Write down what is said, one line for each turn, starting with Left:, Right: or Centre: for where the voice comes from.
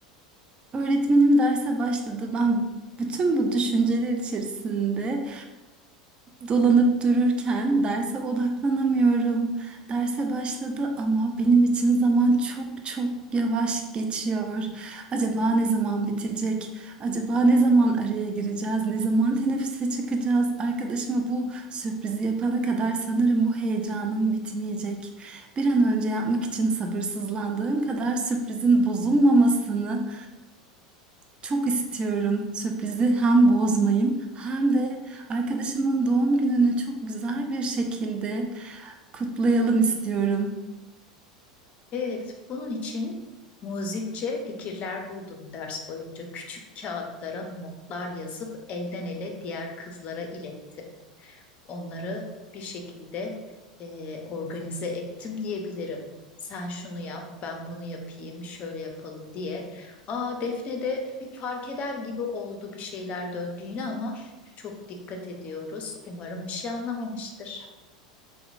Right: Öğretmenim derse başladı. Ben bütün bu düşünceler içerisinde dolanıp dururken derse odaklanamıyorum. Derse başladı ama benim için zaman çok çok yavaş geçiyor. Acaba ne zaman bitecek? Acaba ne zaman araya gireceğiz? Ne zaman teneffüse çıkacağız? Arkadaşıma bu sürprizi yapana kadar sanırım bu heyecanım bitmeyecek. Bir an önce yapmak için sabırsızlandığım kadar sürprizin bozulmamasını çok istiyorum sürprizi hem bozmayayım hem de arkadaşımın doğum gününü çok güzel bir şekilde kutlayalım istiyorum.
Left: Evet, bunun için muzipçe fikirler buldum ders boyunca. Küçük kağıtlara notlar yazıp elden ele diğer kızlara ilettim. onları bir şekilde e, organize ettim diyebilirim. Sen şunu yap, ben bunu yapayım, şöyle yapalım diye. Aa Defne de bir fark eder gibi oldu bir şeyler döndüğünü ama çok dikkat ediyoruz. Umarım bir şey anlamamıştır.